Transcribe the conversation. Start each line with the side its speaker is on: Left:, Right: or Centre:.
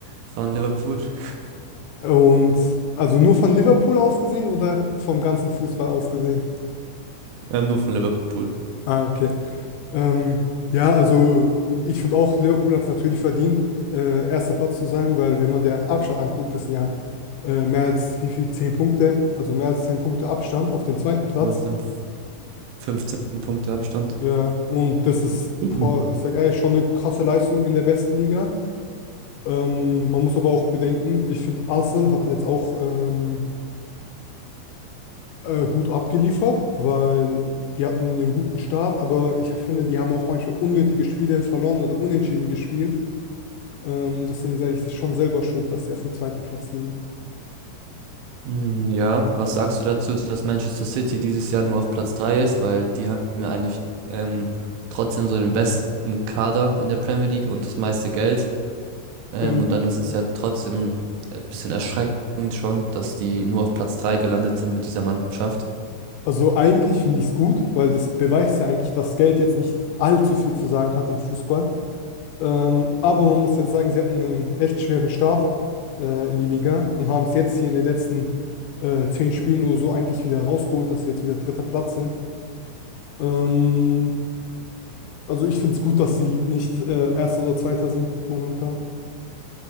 Right: von Liverpool. <laughs>
Left: Und also nur von Liverpool aus gesehen oder vom ganzen Fußball aus gesehen?
Right: Ähm, nur von Liverpool.
Left: Ah, okay. Ähm, ja, also ich finde auch, Liverpool hat es natürlich verdient, äh, erster Platz zu sein, weil wenn man deren Abstand anguckt, das sind ja äh, mehr als wie viel, zehn Punkte, also mehr als zehn Punkte Abstand auf den zweiten Platz.
Right: Ja, Das sind 15 Punkte Abstand.
Left: Ja, und das ist,
Right: <clears throat>
Left: boah, ich sag ehrlich, schon eine krasse Leistung in der besten Liga. Ähm, man muss aber auch bedenken, ich finde, Arsenal hat jetzt auch ähm, äh, gut abgeliefert, weil die hatten einen guten Start, aber ich finde, die haben auch manchmal unnötige Spiele verloren oder unentschieden gespielt. Ähm, deswegen sage ich, das ist schon selber schuld, dass sie auf dem zweiten Platz liegen.
Right: Mhm. Mm, Ja, was sagst du dazu, dass Manchester City dieses Jahr nur auf Platz 3 ist? Weil die haben ja eigentlich ähm, trotzdem so den besten Kader in der Premier League und das meiste Geld. Ähm,
Left: Ähm,
Right: und dann ist es ja trotzdem ein bisschen erschreckend schon, dass die nur auf Platz 3 gelandet sind mit dieser Mannschaft.
Left: also eigentlich finde ich es gut, weil das beweist ja eigentlich, dass Geld jetzt nicht allzu viel zu sagen hat im Fußball. Ähm, aber man muss jetzt sagen, sie hatten einen echt schweren Start äh, in die Liga und haben es jetzt hier in den letzten äh, zehn Spielen oder so eigentlich wieder rausgeholt, dass sie jetzt wieder dritter Platz sind. Ähm, Also ich finde es gut, dass sie nicht äh, Erster oder Zweiter sind momentan.